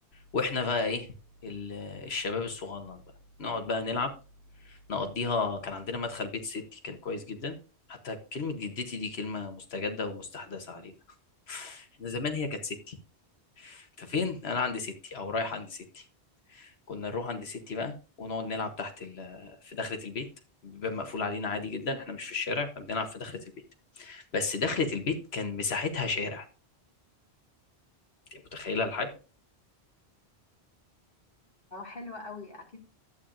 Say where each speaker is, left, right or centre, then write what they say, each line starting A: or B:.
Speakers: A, on the left; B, on the left.
A: واحنا بقى ايه ال- الشباب الصغنن بقى نقعد بقى نلعب نقضيها كان عندنا مدخل بيت ستي كان كويس جدا حتى كلمة جدتي دي كلمة مستجدة ومستحدثة علينا احنا زمان هي كانت ستي انت فين انا عند ستي او رايح عند ستي كنا نروح عند ستي بقى ونقعد نلعب تحت ال- في دخلة البيت باب مقفول علينا عادي جدا احنا مش في الشارع احنا بنلعب في دخلة البيت بس دخلة البيت كان مساحتها شارع انت متخيلة الحجم
B: اه حلوة قوي اكيد